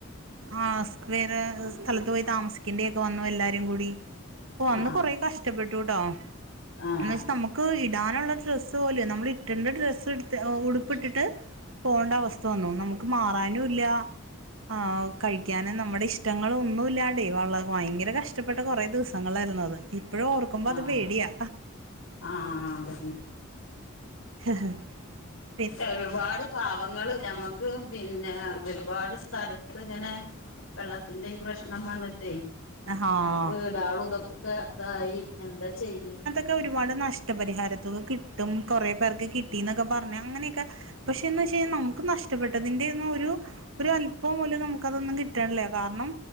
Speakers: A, on the right (about 75°); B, on the left (about 85°).
A: ആഹ് സ് വേറെ സ്ഥലത്ത് പോയി താമസിക്കേണ്ടി ഒക്കെ വന്നു എല്ലാരും കൂടി ഓഹ് അന്ന്
B: ആഹ് ആഹ്
A: കൊറേ കഷ്ടപ്പെട്ടൂട്ടോ
B: ആഹ്
A: എന്ന് വെച്ചാ നമുക്ക് ഇടാനുള്ള ഡ്രസ്സ് പോലു നമ്മൾ ഇട്ട്ണ്ട ഡ്രസ്സ് എടുത്ത് ഉടുപ്പിട്ടിട്ട് പോണ്ട അവസ്ഥ വന്നു നമുക്ക് മാറാനുല്ല ആഹ് കഴിക്കാന് നമ്മടെ ഇഷ്ടങ്ങളൊന്നുല്ലാണ്ടേ വള ഭയങ്കര കഷ്ടപ്പെട്ട കുറെ ദി സംങ്ങൾ ആയിരുന്നു അത് ഇപ്പഴും ഓർക്കുമ്പോ
B: ആഹ്
A: അത് പേടിയാ
B: ആഹ് അതന്നെ
A: ഹ ഹ
B: ഒരുപാട് പാവങ്ങള് ഞമ്മക്ക് പിന്നെ ഒരുപാട് സ്ഥലത്ത് ഇങ്ങനെ വെള്ളത്തിന്റെ ഈ പ്രശ്നം വന്ന്ട്ടേ
A: ആഹ്
B: വീടാളു ഇതൊക്ക ഇതായി എന്താ ചെയ്യല്
A: ത് ഒരുപാട് നഷ്ടപരിഹാരത്തോക കിട്ടും കുറെ പേർക്ക് കിട്ടിന്നൊക്കെ പറഞ് അങ്ങനെക്ക പക്ഷേ എന്ന് വെച്ച് കഴിഞ്ഞാ നമുക്ക് നഷ്ടപ്പെട്ടതിന്റെ ഒന്നും ഒരു ഒരു അല്പം പോലും നമുക്ക് അതൊന്നും കിട്ടേൺല്ല കാരണം